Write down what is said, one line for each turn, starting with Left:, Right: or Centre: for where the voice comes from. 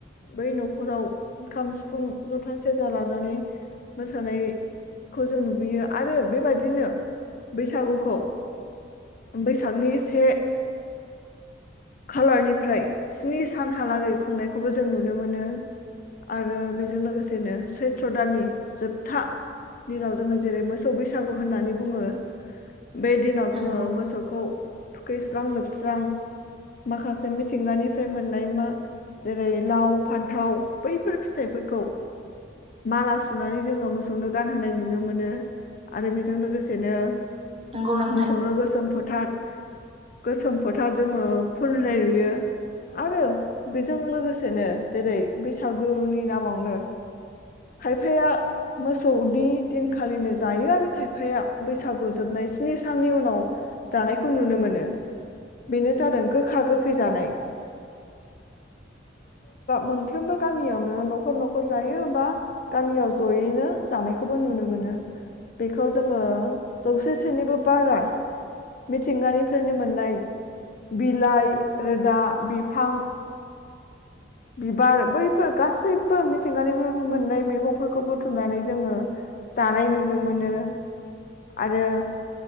Left: बै नख हराव खाम सिफुं जथा सेरजा लानानै मोसानायखौ जों नुबोयो आरो बेबायदिनो बैसागुखौ बैसागनि से खालारनिफ्राय स्नि सानहालागै खुंनायखौबो जों नुनो मोनो आरो बेजों लोगोसेनो सैथ्र' दाननि जोबथा दिनाव जोङो जेरै मोसौ बैसागु होननानै बुङो। बे दिनाव
Right: नंगौ
Left: जोङो मोसौखौ थुखैस्रां लोबस्रां माखासे मिथिंगानिफ्राय मोननाय मा जेरै लाव फान्थाव बैफोर फिथाइफोरखौ माला सुनानै जोङो मोसौनो गानहोनाय नुनो मोनो। आरो बेजों लोगोसेनो
Right: नंगौ नोंथां
Left: मोसौनो गोसोम फोथार गोसोम फोथार जोङो फोननाय नुयो आरो बेजों लोगोसेनो जेरै बैसागुनि नामावनो खायफाया मोसौनि दिनखालिनो जायो आरो खायफाया बैसागु जोबनाय स्नि साननि उनाव जानायखौ नुनो मोनो बेनो जादों गो गोखा गोखै जानाय मोनफ्रोमबो गामियावनो न'खर न'खर जायोबा। गामियाव जयैनो जानायखौबो नुनो मोनो बेखौ जोङो जौसेसोनिबो बारा मिथिंगानिफ्रायनो मोननाय बिलाइ रोदा बिफां बिबार बैफोर गासैबो मिथिंगानि मोननाय मैगंफोरखौ बुथुमनानै जोङो जानाय नुनो मोनो। आरो